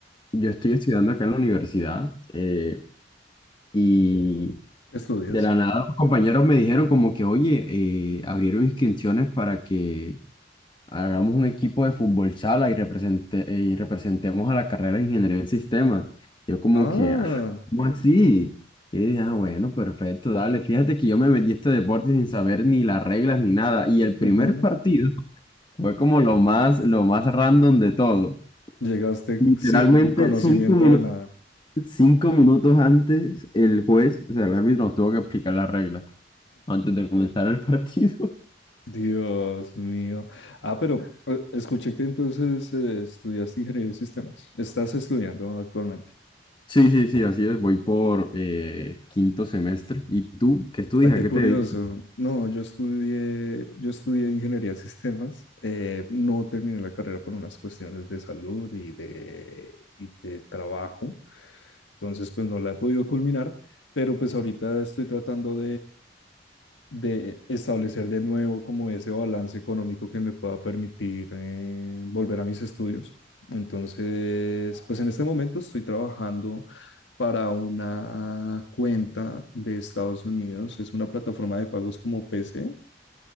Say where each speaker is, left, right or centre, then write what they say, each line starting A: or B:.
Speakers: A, on the left; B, on the left.
A: yo estoy estudiando acá en la universidad eh, y...
B: ¿Qué estudias?
A: De la nada, los compañeros me dijeron como que, oye, eh, abrieron inscripciones para que hagamos un equipo de fútbol sala y, represente, eh, y representemos a la carrera de ingeniería en sistemas. Yo como
B: Ah,
A: que, ah, ¿cómo así? Y dije, ah, bueno, perfecto, dale. Fíjate que yo me metí a este deporte sin saber ni las reglas ni nada. Y el primer
B: ujú.
A: partido fue como lo más, lo más random de todo.
B: Llegaste
A: Literalmente
B: sin conocimiento
A: cinco minu-
B: de nada.
A: cinco minutos antes, el juez, o sea, el árbitro nos tuvo que explicar las reglas antes de comenzar el partido. <laughs>
B: Dios mío. Ah, pero eh, escuché que entonces eh, estudiaste ingeniería de sistemas. Estás estudiando actualmente.
A: Sí, sí, sí, así es. Voy por eh, quinto semestre. ¿Y tú? ¿Qué estudias?
B: Ah, qué
A: ¿A qué
B: curioso.
A: te dedicas?
B: No, yo estudié, yo estudié ingeniería de sistemas. Eh, no terminé la carrera por unas cuestiones de salud y de, y de trabajo. Entonces, pues no la he podido culminar, pero pues ahorita estoy tratando de establecer de nuevo como ese balance económico que me pueda permitir eh, volver a mis estudios. Entonces, pues en este momento estoy trabajando para una cuenta de Estados Unidos. Es una plataforma de pagos como PC.